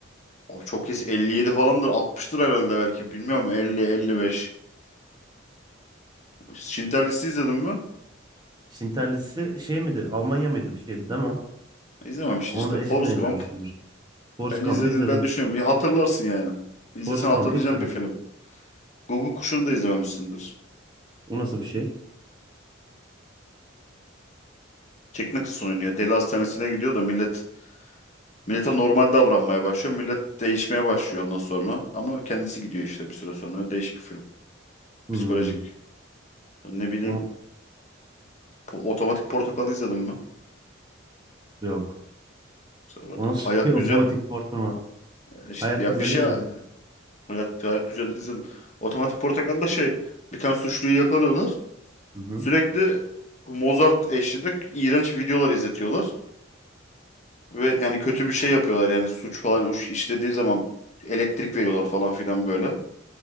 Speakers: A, on the left; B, on the right.
A: Abi çok kesin 57 falandır. 60'tır herhalde belki. Bilmiyorum 50-55. Schindler List'i izledin mi?
B: Şinterlisi şey miydi? Almanya mıydı bir şeydi değil mi? o?
A: İzlememişsin
B: Onu
A: işte.
B: da eskiden
A: Forrest
B: izlemişimdir.
A: Gump.
B: Force
A: Bence
B: Gump'ı
A: izlediğini
B: izledim.
A: ben düşünüyorum. Ya hatırlarsın yani.
B: Force
A: İzlesen hatırlayacağım
B: Gump'ı izledim.
A: bir film. Google Kuşu'nu da izlememişsindir.
B: O nasıl bir şey?
A: Jack Nicholson oynuyor. Deli hastanesine gidiyor da millet Millete normal davranmaya başlıyor. Millet değişmeye başlıyor ondan sonra. Ama kendisi gidiyor işte bir süre sonra. Değişik bir film.
B: Hmm.
A: Psikolojik. Ne bileyim
B: O
A: po- Otomatik Portakal'ı izledin mi?
B: yok.
A: Mesela bak
B: O nasıl
A: Hayat
B: bir <laughs> otomatik
A: Güzel
B: portlama?
A: e, işte
B: Hayat
A: ya
B: Güzel'i
A: bir şey
B: izledim.
A: Hayat, Hayat Güzel'i izledim. Otomatik Portakal'da şey bir tane suçluyu yakalıyorlar.
B: Hı hı.
A: Sürekli Mozart eşliğinde iğrenç videolar izletiyorlar. Ve yani kötü bir şey yapıyorlar yani suç falan uş- işlediği zaman elektrik veriyorlar falan filan böyle.